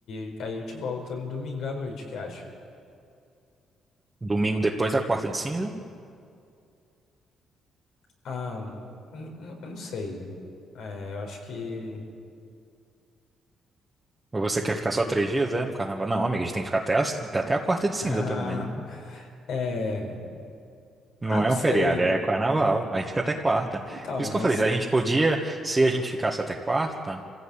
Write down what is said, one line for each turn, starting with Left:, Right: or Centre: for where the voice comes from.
Left: e aí a gente volta no domingo à noite, o que acha?
Right: Domingo depois da quarta de cinza.
Left: Ah, eu, n- n- eu não sei. É, eu acho que.
Right: Ou você quer ficar só três dias, é, no carnaval? Não, amiga, a gente tem que ficar até, as- até a quarta de cinza,
Left: <laughs>
Right: pelo menos, né?
Left: É,
Right: Não
Left: ah, não
Right: é
Left: sei.
Right: um feriado, é carnaval. A gente fica até quarta.
Left: Então,
Right: Por isso
Left: mas
Right: que eu falei, se a gente podia, se a gente ficasse até quarta.